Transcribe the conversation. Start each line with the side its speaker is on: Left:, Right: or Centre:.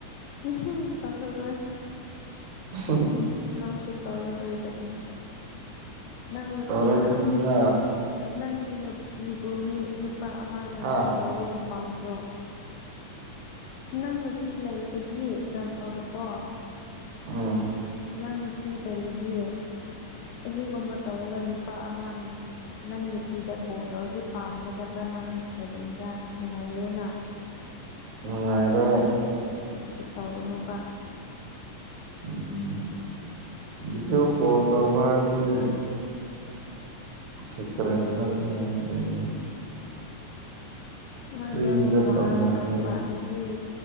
Left: ꯎꯝ ꯇꯣꯏ
Right: ꯍ ꯍ
Left: ꯅꯪꯁꯨ ꯇꯧꯔꯔꯣꯏꯗꯕꯅꯤ ꯅꯪ ꯅꯨꯄꯤ
Right: ꯇꯧꯔꯛꯀꯅꯤꯗ
Left: ꯅꯪꯒꯤ ꯅꯨꯄꯤꯕꯨ ꯃꯤ ꯅꯨꯄꯥ ꯑꯃꯅ
Right: ꯑꯥ
Left: ꯑꯗꯨꯝ ꯇꯧꯕꯕꯨ ꯄꯥꯝꯕ꯭ꯔꯣ ꯅꯪ ꯅꯨꯄꯤ ꯂꯩꯔꯗꯤ ꯑꯦꯛꯖꯥꯝꯄꯜꯗꯀꯣ
Right: ꯑ
Left: ꯅꯪ ꯅꯨꯄꯤ ꯂꯩꯔꯗꯤꯌꯦ ꯑꯁꯤꯒꯨꯝꯕ ꯇꯧꯔꯒ ꯅꯨꯄꯥ ꯑꯃꯅ ꯅꯪ ꯅꯨꯄꯤꯗ ꯀꯣꯜ ꯇꯧꯔꯗꯤ ꯄꯥꯝꯒꯗꯕ꯭ꯔꯥ ꯅꯪ ꯍꯥꯏꯕꯅꯤꯗ ꯅꯨꯡꯉꯥꯏꯔꯣꯏꯅ
Right: ꯃꯉꯥꯏꯔ
Left: ꯑꯗꯨꯗꯤ ꯇꯧꯅꯨꯕ
Right: ꯎꯝ ꯕꯤꯖꯑꯣ ꯀꯣ ꯇꯕꯥꯁꯦ ꯁꯤꯀ꯭ꯔꯦꯠ ꯅꯠꯇꯦ ꯀꯩꯅꯣ
Left: ꯅꯪ
Right: ꯐ꯭ꯔꯤꯗ
Left: ꯌꯥꯝ
Right: ꯇꯧꯅꯁꯦ
Left: ꯋꯥꯈ꯭ꯔꯕ ꯃꯥꯜꯂꯤ